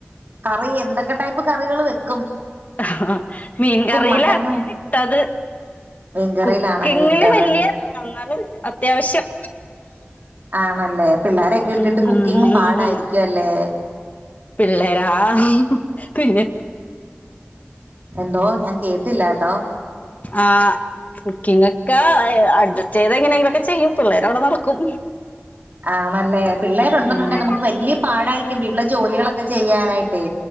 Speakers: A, on the right; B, on the left.
A: കറി എന്തൊക്കെ ടൈപ്പ് കറികള് വെക്
B: ആഹ് മീൻകറിയിലാണ്
A: മട്ടനും
B: ഞാൻ ഇട്ടത്
A: മീൻകറിയിലാണല്ലേ
B: കുക്കിങ്ങില്
A: ഇട്ടത്
B: വെല്യ എന്നാലും അത്യാവശ്യം
A: ആണല്ലേ പിള്ളേരെയൊക്കെ ഇട്ടിട്ട്
B: ഉം
A: കുക്കിംഗ് പാടായിരിക്കും അല്ലേ
B: പിള്ളേരാ ആഹ് പിന്നെ
A: എന്തോ ഞാൻ കേട്ടില്ലാട്ടോ
B: ആഹ് ആഹ് കുക്കിങ്ങൊക്കെ അയ് അഡ്ജസ്റ്റ് ചെയ്ത് എങ്ങനെയെങ്കിലൊക്കെ ചെയ്യും പിള്ളേരവിടെ നടക്കും
A: ആണല്ലേ പിള്ളേരൊണ്ടെന്നുണ്ടെ
B: ഉം
A: നമുക്ക് വല്യ പാടായിരിക്കും വീട്ടിലെ ജോലികളൊക്കെ ചെയ്യാനായിട്ടെ